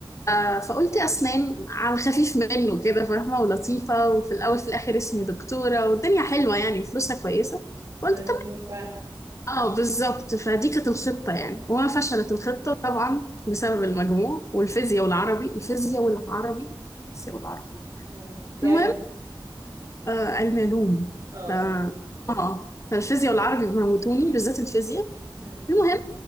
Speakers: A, on the left; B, on the right.
A: آه فقلت اسنان على الخفيف منه كده فاهمه ولطيفه وفي الاول في الاخر اسمي دكتوره والدنيا حلوه يعني وفلوسها كويسه
B: لذيذ
A: قلت طب
B: موت فعلا
A: اه بالظبط فدي كانت الخطه يعني وما فشلت الخطه طبعا بسبب المجموع والفيزياء والعربي الفيزياء
B: مم.
A: والعربي الفيزياء والعربي
B: مم. كنت علمي
A: المهم آه الملوم
B: اه
A: ف اه فالفيزياء والعربي موتوني بالذات الفيزياء
B: مم.
A: المهم